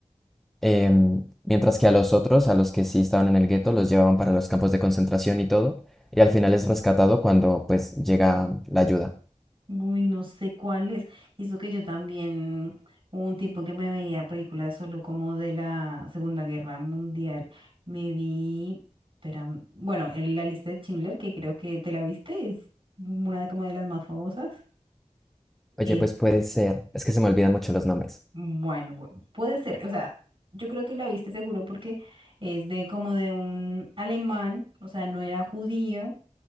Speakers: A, in the centre; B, on the right.
A: em, mientras que a los otros, a los que sí estaban en el gueto, los llevaban para los campos de concentración y todo, y al final es rescatado cuando pues llega la ayuda.
B: Uy, no sé cuál es. Y eso que yo también, hubo un tiempo que me veía películas solo como de la Segunda Guerra Mundial. Me vi, espera, bueno, el- la lista de Schindler, que creo que te la viste, es una de como de las más famosas.
A: Oye,
B: El,
A: pues puede ser, es que se me olvidan mucho los nombres.
B: bueno, bu- puede ser, o sea, yo creo que la viste seguro porque es de como de un alemán, o sea, no era judío